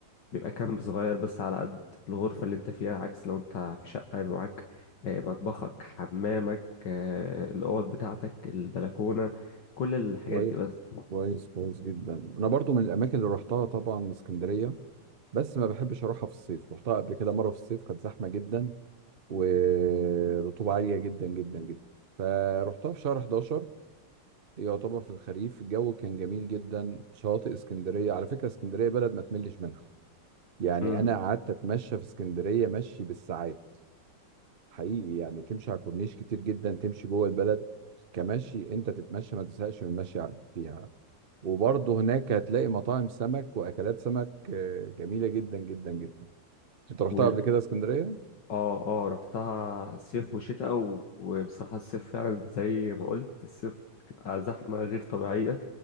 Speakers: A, on the left; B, on the right.
A: بيبقى كامب صغير بس على قد الغرفه اللي انت فيها عكس لو انت في شقه يبقى معاك آه، مطبخك حمامك آه، الاوض بتاعتك البلكونه كل الحاجات
B: كويس
A: دي بس
B: كويس كويس جدا أنا برضو من الأماكن اللي رحتها طبعا اسكندرية بس ما بحبش أروحها في الصيف رحتها قبل كده مرة في الصيف كانت زحمة جدا ورطوبة عالية جدا جدا جدا فروحتها في شهر 11 يعتبر في الخريف الجو كان جميل جدا شاطئ اسكندرية على فكرة اسكندرية بلد ما تملش منها يعني
A: امم
B: أنا قعدت أتمشى في اسكندرية مشي بالساعات حقيقي يعني تمشي على كورنيش كتير جدا تمشي جوه البلد كمشي أنت تتمشى ما تزهقش من المشي على- فيها وبرضه هناك هتلاقي مطاعم سمك وأكلات سمك آه، جميلة جدا جدا جدا أنت رحتها
A: وال...
B: قبل كده اسكندرية؟
A: اه اه رحتها صيف وشتاء و... وبصراحة الصيف فعلا زي ما قلت الصيف بتبقى زحمة غير طبيعية